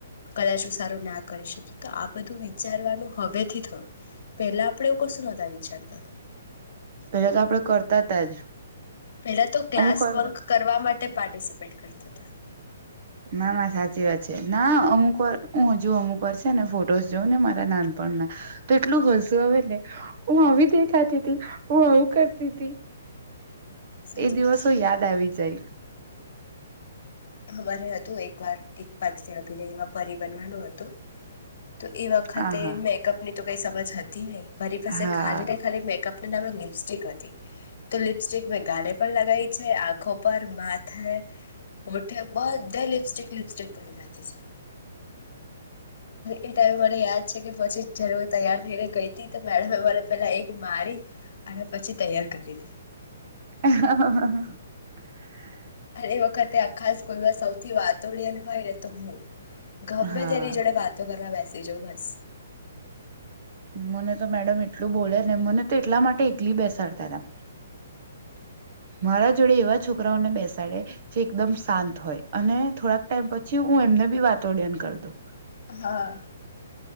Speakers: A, on the left; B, on the right.
A: કદાચ સારું ના કરી શકી તો આ બધું વિચારવાનું હવે થી થયું પેલા આપડે એવું કશું નહોતા વિચારતા
B: પેલા તો આપડે કરતા હતા જ.
A: પેલા તો ક્લાસ
B: અમુક વાર
A: બક કરવા માટે પાર્ટિસિપેટ કરતા હતા
B: ના ના સાચી વાત છે ના અમુક કર હ હજુ અમુ કરશે ને ફોટોસ જોઉં ને મારા નાનપણમાં તો એટલું હસુ હ ને હું આવી દેખાતી ત હું આવું કરતી હતી
A: સાચી
B: એ દિવસો
A: વાત છે
B: યાદ આવી જાય
A: અમારે હતું એકવાર એક પાત્ર અભિનયમાં પરી બનવાનું હતું તો એ વખતે
B: આ હા
A: મેકઅપ ની તો કઈ સમબજ જતી નહીં મારી પાસે
B: હા
A: ખાલી ને ખાલી મેકઅપ નામે લિપસ્ટિક હતી તો લિપસ્ટિક મેં ગાળે પણ લગાવી છે આંખો પર માથે હોઠે બધે લિપ્સ્ટિક લિપસ્ટિક કરી નાખે છે એ ટાઈમે મને યાદ છે કે પછી જરૂ તૈયાર થઈ ને ગઈ મેડમરે પેલા એક મારી અને પછી તૈયાર કરી હતીી
B: હ હ
A: ઘણી વખતે આ ખાસ ખોલવા સૌથી વાતોડિયન હોય ને તો હું ગમે
B: હા
A: તેની જોડે વાતો કરવા બેસે સી જો બસ
B: મને તો મેડમ એટલું બોલે ને મને તો એટલા માટે એકલી બેસાડતા હતા મારા જોડે એવા છોકરાઓને બેસાડે જે એકદમ શાંત હોય અને થોડાક ટાઈમ પછી હું એમને વાતોડન કર દો
A: હા